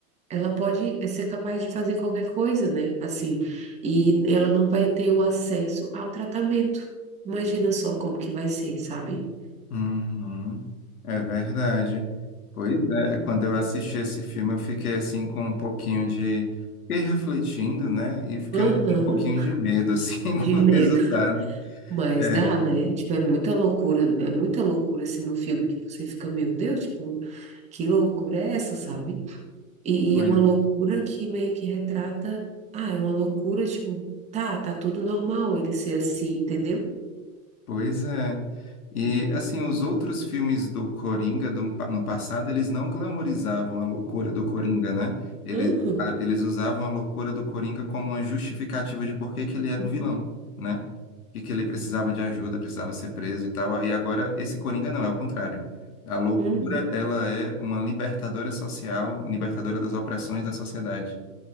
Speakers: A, on the right (about 15°); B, on the left (about 85°).
A: ela pode eh, ser capaz de fazer qualquer coisa, né? Assim, e ela não vai ter o acesso ao tratamento. Imagina só como que vai ser, sabe?
B: Uhum, é verdade. Pois é, quando eu assisti esse filme, eu fiquei assim com um pouquinho de. Fiquei refletindo, né? E fiquei
A: Aham,
B: um, um pouquinho de medo, assim,
A: de
B: <laughs> do
A: medo.
B: resultado.
A: Mas
B: É,
A: dá, né? Tipo, é muita loucura, é muita loucura assim no filme que você fica, meu Deus, tipo, que loucura é essa, sabe? E,
B: pois
A: e é uma loucura que meio que retrata, ah, é uma loucura, tipo, tá, tá tudo normal ele ser assim, entendeu?
B: Pois é. E assim, os outros filmes do Coringa do pa- no passado, eles não glamorizavam a loucura do Coringa, né? Eles,
A: Uhum,
B: a- eles usavam a loucura do Coringa como uma justificativa de por que que ele era o vilão, né? E que ele precisava de ajuda, precisava ser preso e tal. Aí agora esse Coringa não, é o contrário. A loucura,
A: uhum,
B: ela é uma libertadora social, libertadora das opressões da sociedade.